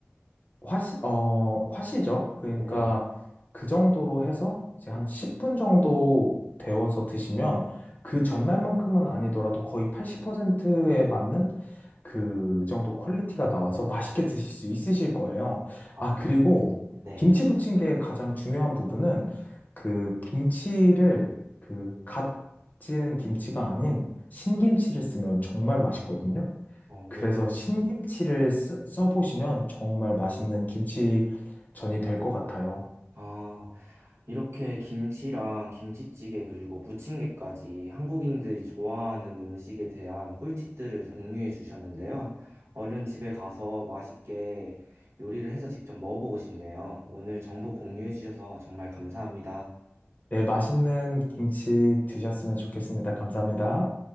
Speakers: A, on the left; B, on the right.
A: 화시, 어, 화시죠. 그러니까
B: 네.
A: 그 정도로 해서 이제 한 10분 정도 데워서 드시면 그 전날만큼은 아니더라도 거의 80%에 맞는 그 정도 퀄리티가 나와서 맛있게 드실 수 있으실 거예요.
B: 아,
A: 아, 그리고
B: 네.
A: 김치 부침개의 가장 중요한 부분은 그 김치를 그갓 지은 김치가 아닌 신김치를 쓰면 정말 맛있거든요.
B: 어,
A: 그래서 신김치를 쓰- 써보시면 정말 맛있는 김치전이 될 것 같아요.
B: 아, 이렇게 김치랑 김치찌개 그리고 부침개까지 한국인들이 좋아하는 음식에 대한 꿀팁들을 공유해 주셨는데요. 얼른 집에 가서 맛있게 요리를 해서 직접 먹어보고 싶네요. 오늘 정보 공유해 주셔서 정말 감사합니다.
A: 네, 맛있는 김치 드셨으면 좋겠습니다. 감사합니다.